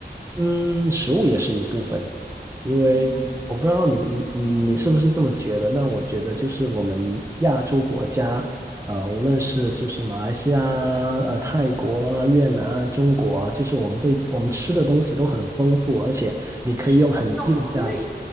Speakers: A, on the right (about 15°); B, in the centre.
A: 嗯，食物也是一部分，因为我不知道你你你是不是这么觉得？
B: 哦
A: 那我觉得就是我们亚洲国家，呃，无论是就是马来西亚啊、呃泰国啊、越南啊、中国啊，就是我们对我们吃的东西都很丰富，而且你可以用很低的价钱，
B: 很重口味。